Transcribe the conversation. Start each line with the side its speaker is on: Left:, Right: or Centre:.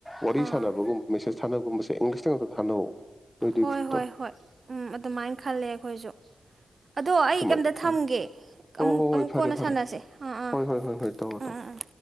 Centre: ꯋꯥꯔꯤ
Right: ꯑꯥ
Centre: ꯁꯥꯟꯅꯕꯒꯨꯝꯕ ꯃꯦꯁꯦꯁ ꯊꯥꯅꯒꯨꯝꯕꯁꯦ ꯏꯪꯂꯤꯁ ꯊꯥꯅꯧ ꯅꯣꯏꯗꯨꯒꯤ
Right: ꯍꯣꯏ
Centre: ꯒ꯭ꯔꯨꯞꯇꯣ
Right: - ꯍꯣꯏ- ꯍꯣꯏ ꯎꯝ ꯑꯗꯨꯃꯥꯏꯅ ꯈꯜꯂꯦ ꯑꯩꯈꯣꯏꯁꯨ꯫ ꯑꯗꯣ ꯑꯩ
Centre: ꯑꯗꯨꯃꯥꯏꯅ
Right: ꯀꯩꯝꯇ ꯊꯝꯒꯦ
Centre: ꯎꯝ ꯍꯣꯏ
Right: ꯑꯃꯨꯛ
Centre: ꯍꯣꯏ ꯍꯣꯏ
Right: ꯑꯃꯨꯛ
Centre: ꯐꯔꯦ
Right: ꯀꯣꯟꯅ
Centre: ꯐꯔꯦ
Right: ꯁꯥꯟꯅꯁꯦ ꯑꯥ ꯑꯥ
Centre: ꯍꯣꯏ ꯍꯣꯏ ꯍꯣꯏ ꯍꯣꯏ ꯇꯧꯔꯣ ꯇꯧꯔꯣ
Right: ꯎꯝ ꯎꯝ ꯎꯝ꯫